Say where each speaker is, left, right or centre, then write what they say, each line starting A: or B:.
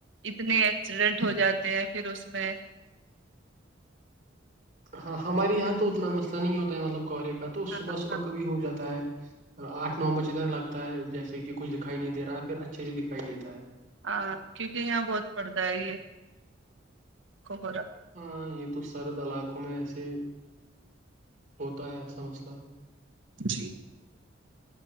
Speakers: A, on the right; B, on the right.
A: اتنے ایکسیڈینٹ ہو جاتے ہیں پھر اس میں
B: ہاں ہمارے یہاں تو اتنا مسئلہ نہیں ہوتا ہے مطلب کوہرے کا تو
A: ہاں
B: صبح
A: ہاں
B: صبح کبھی ہو جا ہے آٹھ نو بجے تک لگتا ہے جیسے کہ کچھ دکھائی نہیں دے رہا ہے پھر اچھے سے دکھائی دیتا ہے
A: ہاں کیونکہ یہاں بہت پڑتا ہے یہ ک ہوورا
B: ہاں یہ تو سرد علاقوں میں ایسے ہوتا ہے ایسا مسئلہ
A: جی